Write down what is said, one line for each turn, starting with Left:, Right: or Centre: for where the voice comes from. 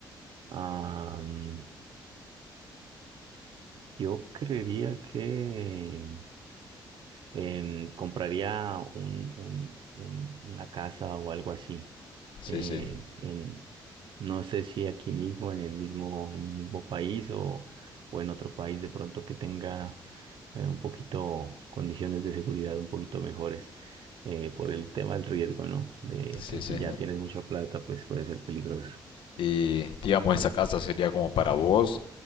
Right: Ah, mm, yo creería que em, compraría un, un, un- una casa o algo así.
Left: sí,
Right: eh,
Left: sí,
Right: en, no sé si aquí mismo, en el mismo, en mi mismo país o, o en otro país de pronto que tenga eh, un poquito condiciones de seguridad un poquito mejores eh, por el tema del riesgo, ¿no? De
Left: sí,
Right: que si
Left: sí.
Right: ya tienes mucha plata, pues puede ser peligroso.
Left: Y digamos, esa casa sería como para vos